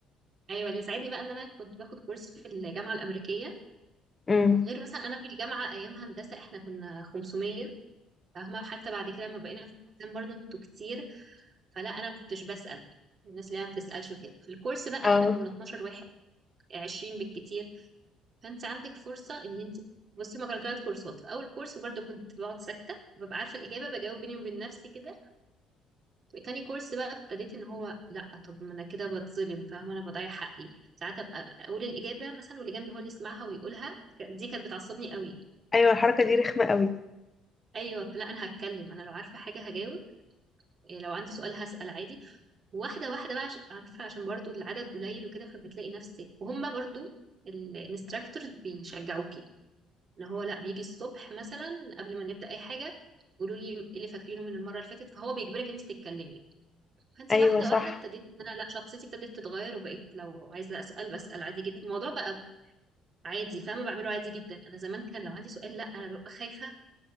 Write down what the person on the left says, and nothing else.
امم
اه
ايوه
الحركه دي رخمه قوي
ايوه
صح